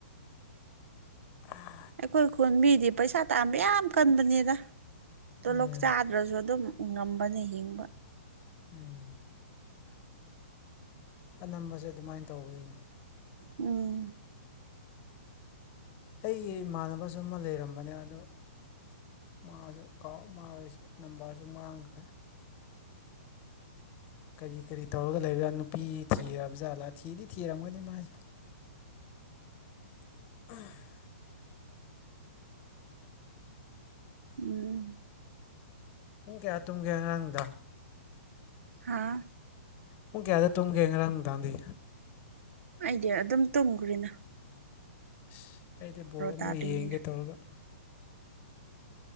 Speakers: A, on the left (about 25°); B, on the right (about 75°).
A: <unintelligible>
B: ꯑꯩꯈꯣꯏ ꯈꯨꯟ ꯃꯤꯗꯤ ꯄꯩꯁꯥ ꯇꯥꯥꯟꯕ ꯌꯥꯝ ꯀꯟꯕꯅꯦꯗ ꯇꯣꯂꯣꯛ
A: ꯎꯝ
B: ꯆꯥꯗ꯭ꯔꯁꯨ ꯑꯗꯨꯝ ꯉꯝꯕꯅꯦ ꯍꯤꯡꯕ
A: ꯎꯝ ꯑꯅꯝꯕꯁꯦ ꯑꯗꯨꯃꯥꯏꯅ ꯇꯧꯕꯒꯤꯅꯦ
B: ꯎꯝ
A: ꯑꯩꯒꯤ ꯏꯃꯥꯟꯅꯕꯁꯨ ꯑꯃ ꯂꯩꯔꯝꯕꯅꯦ ꯑꯗꯨ ꯃꯥꯁꯨ ꯀꯥꯎ ꯃꯥꯒꯤꯁꯨ ꯅꯝꯕꯔꯁꯨ ꯃꯥꯡꯈ꯭ꯔꯦ ꯀꯔꯤ ꯀꯔꯤ ꯇꯧꯔꯒ ꯂꯩꯕꯖꯥꯠ ꯅꯨꯄꯤ ꯊꯤꯔꯕ ꯖꯥꯠꯂꯥ ꯊꯤꯗꯤ ꯊꯤꯔꯝꯒꯅꯤ ꯃꯥꯁꯦ ꯎꯝꯐ
B: ꯎꯝ
A: ꯄꯨꯡ ꯀꯌꯥ ꯇꯨꯝꯒꯦ ꯉꯔꯥꯡ ꯅꯨꯡꯗꯥꯡ
B: ꯍꯥꯥ
A: ꯄꯨꯡ ꯀꯌꯥꯗ ꯇꯨꯝꯒꯦ ꯉ꯭ꯔꯥꯡ ꯅꯨꯡꯗꯥꯡꯗꯤ
B: ꯑꯩꯗꯤ ꯑꯗꯨꯝ ꯇꯨꯝꯒ꯭ꯔꯦꯅ
A: ꯑꯁ ꯑꯩꯗꯤ ꯕꯣꯜ ꯑꯃꯨꯛ
B: ꯇꯥꯗ꯭ꯔꯤꯉꯩꯗ
A: ꯌꯦꯡꯒꯦ ꯇꯧꯔꯒ